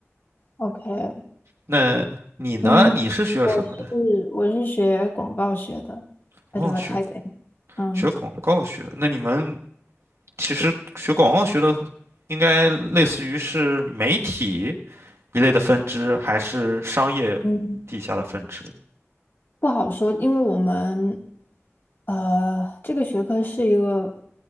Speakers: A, on the left (about 45°); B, on the right (about 65°).
A: ？OK，
B: 那你呢？
A: 嗯，
B: 你是学什么的？
A: 我是我是学广告学的，advertising，
B: 哦，学
A: 嗯。
B: 学广告学的。那你们其实学广告学的，应该类似于是媒体一类的分支，还是商业底下的分支？
A: 嗯。不好说，因为我们呃这个学科是一个